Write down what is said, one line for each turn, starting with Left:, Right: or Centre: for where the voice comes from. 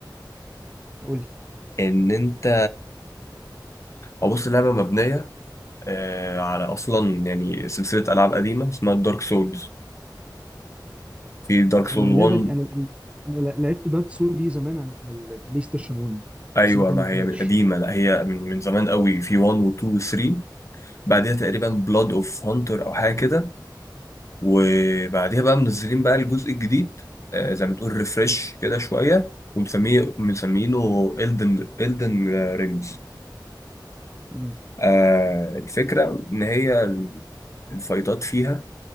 Right: قول لي
Left: ان انت او بص اللعبه مبنيه آه، على اصلا يعني سلسله العاب قديمه اسمها دارك سولز في دارك سول
Right: انا
Left: 1
Right: لعبه انا انا لعبت دارك سول دي زمان على على البلاي ستيشن 1
Left: ايوه
Right: بس ما كملتهاش
Left: ما هي من قديمه لا هي من من زمان قوي في 1 و2 و3 بعدها تقريبا بلاد اوف هانتر او حاجه كده وبعدها بقى منزلين بقى الجزء الجديد آه، زي ما تقول ريفرش كده شويه ومسميه مسمينه الدن الدن رينجز
Right: مم.
Left: آه الفكره ان هي الفايتات فيها